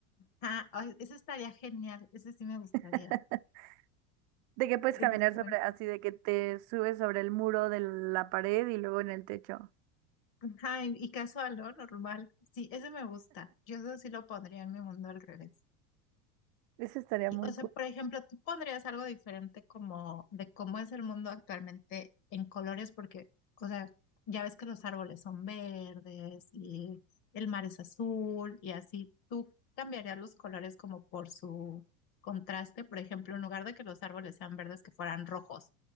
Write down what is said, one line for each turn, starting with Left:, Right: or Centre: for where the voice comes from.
Left: ah, ay, ese estaría genial, ese sí me gustaría.
Right: <laughs> De que puedes
Left: Eso
Right: caminar
Left: está
Right: sobre, así de que te subes sobre el muro de la pared y luego en el techo.
Left: Ajá, y y casual, ¿no? Normal. Sí, ese me gusta. Yo eso sí lo pondría en mi mundo al revés.
Right: Eso estaría
Left: Y,
Right: muy
Left: o sea,
Right: cool.
Left: por ejemplo, tú pondrías algo diferente como de cómo es el mundo actualmente en colores, porque, o sea, ya ves que los árboles son verdes y el mar es azul y así. ¿Tú cambiarías los colores como por su contraste? Por ejemplo, en lugar de que los árboles sean verdes, que fueran rojos,